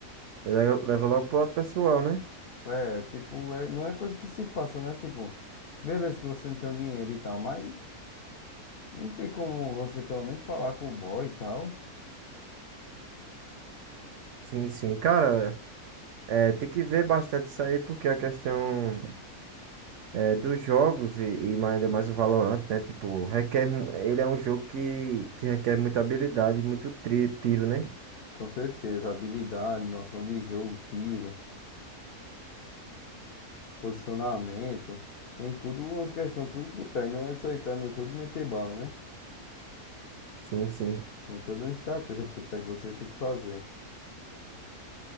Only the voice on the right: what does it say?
Ele Leva logo pro lado pessoal, né?
Sim, sim. Cara, é, tem que ver bastante isso aí, porque a questão é, dos jogos e, e mais, ainda mais o Valorant, né? Tipo, requer. mu- Ele é um jogo que, que requer muita habilidade e muito tri- tiro, né?
Sim, sim.